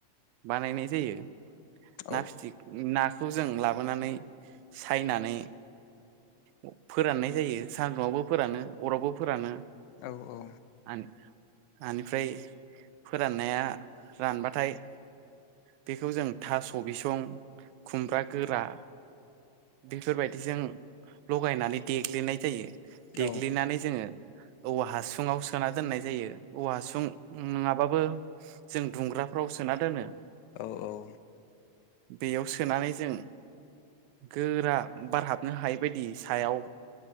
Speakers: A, on the right; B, on the left.
A: बानायनाय जायो।
B: औ
A: ना फिथिख्रि ना- खौ जों लाबोनानै सायनानै- अह फोराननाय जायो सान्दुंआवबो फोरानो अरावबो फोरानो।
B: औ-औ।
A: आन आनिफ्राय फोराननाया रानबाथाय- बेखौ जों थास' बिसं खुमब्रा गोरा- बेफोरबायदिजों लगायनानै देग्लिनाय जायो। देग्लिनानै
B: औ
A: जोंङो औवा हासुङाव सोना दोननाय जायो। औवा हासुं नंङाबा जों दुंग्राफ्राव सोना दोनो
B: औ औ
A: बेयाव सोनानै जों गोरा बार हाबनो हायै बायदि सायाव